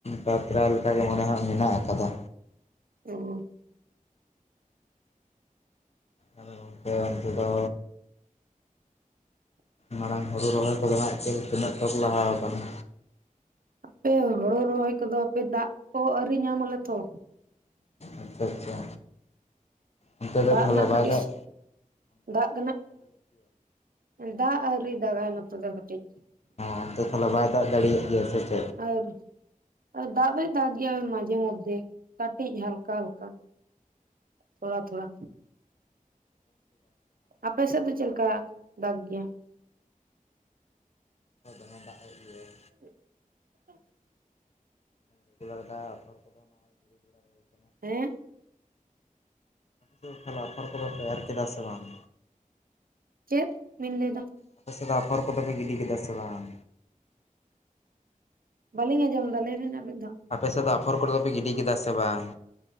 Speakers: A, on the left; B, on the right.
A: ᱵᱟᱛᱨᱟ ᱞᱮᱠᱟᱜᱮ ᱢᱚᱱᱮ ᱦᱚᱭ ᱢᱮᱱᱟᱜ ᱟᱠᱟᱫᱟ
B: ᱚ
A: ᱟᱫᱚ ᱜᱚᱝᱠᱮ ᱚᱱᱛᱮ ᱫᱚ ᱢᱟᱲᱟᱝ ᱦᱩᱲᱩ ᱨᱚᱦᱚᱭ ᱠᱚᱫᱚ ᱦᱟᱜ ᱛᱤᱱᱟᱹᱜ ᱪᱚᱠᱚ ᱞᱟᱦᱟ ᱟᱠᱟᱱᱟ
B: ᱦᱟᱯᱮ ᱦᱳᱲᱩ ᱨᱚᱦᱚᱭ ᱠᱚᱫᱚ ᱯᱮ ᱫᱟᱜ ᱠᱚ ᱟᱹᱣᱨᱤ ᱧᱟᱢ ᱟᱞᱮ ᱛᱚ
A: ᱟᱪᱪᱷᱟ ᱟᱪᱪᱷᱟ ᱚᱱᱛᱮ
B: ᱫᱟᱜ
A: ᱫᱚ ᱛᱟᱦᱚᱞᱮ
B: ᱨᱮᱱᱟᱜ
A: ᱵᱟᱭ
B: ᱠᱟᱹᱴᱤᱡ
A: ᱫᱟᱜ ᱮᱫᱟ
B: ᱫᱟᱜ ᱟᱠᱟᱱᱟ ᱫᱟᱜ ᱟᱹᱣᱨᱤ ᱫᱟᱜᱟᱭ ᱱᱚᱛᱮ ᱫᱚ ᱠᱟᱹᱴᱤᱡ
A: ᱚᱱᱛᱮ ᱛᱟᱦᱞᱮ ᱵᱟᱭ ᱫᱟᱜ ᱡᱟᱲᱤᱭᱮᱜ ᱜᱮᱭᱟ ᱥᱮ ᱪᱮᱫ
B: ᱟᱨ ᱟᱨ ᱫᱟᱜ ᱫᱚᱭ ᱫᱟᱜ ᱜᱮᱭᱟ ᱢᱟᱡᱮ ᱢᱚᱫᱽᱷᱮ ᱠᱟᱴᱤᱡ ᱦᱟᱞᱠᱟ ᱦᱟᱞᱠᱟ ᱛᱷᱚᱲᱟ ᱛᱷᱚᱲᱟ
A: <unintelligible>
B: ᱟᱯᱮ ᱥᱮᱫ ᱫᱚ ᱪᱮᱫ ᱞᱮᱠᱟᱭ ᱫᱟᱜ ᱜᱮᱭᱟ
A: ᱫᱚᱢᱮ ᱫᱟᱜ ᱮᱫ ᱜᱮᱭᱟᱭ᱾
B: <unintelligible>
A: <unintelligible> ᱟᱯᱷᱚᱨ ᱠᱚᱫᱚ ᱱᱚᱜᱼᱚᱭ ᱜᱤᱲᱤ ᱵᱟᱲᱟ ᱦᱩᱭ ᱟᱠᱟᱱᱟ
B: ᱦᱮᱸ
A: ᱞᱟᱹᱭ ᱮᱫ ᱛᱟᱦᱮᱱ ᱟᱯᱷᱦᱚᱨ ᱠᱚᱫᱚ ᱯᱮ ᱮᱨ ᱠᱮᱫᱟ ᱥᱮ ᱵᱟᱝ
B: ᱪᱮᱫ ᱵᱤᱱ ᱞᱟᱹᱭ ᱮᱫᱟ
A: ᱟᱯᱮ ᱥᱮᱫ ᱫᱚ ᱟᱯᱷᱚᱨ ᱠᱚᱫᱚ ᱯᱮ ᱜᱤᱰᱤ ᱠᱮᱫᱟ ᱥᱮ ᱵᱟᱝ
B: ᱵᱟᱞᱤᱧ ᱟᱡᱚᱢ ᱫᱟ ᱞᱟᱹᱭ ᱵᱮᱱ ᱟᱨ ᱢᱤᱫ ᱫᱷᱟᱣ᱾
A: ᱟᱯᱮ ᱥᱮᱫ ᱫᱚ ᱟᱯᱷᱟᱨ ᱠᱚᱫᱚ ᱯᱮ ᱜᱤᱰᱤ ᱠᱮᱫᱟ ᱥᱮ ᱵᱟᱝ?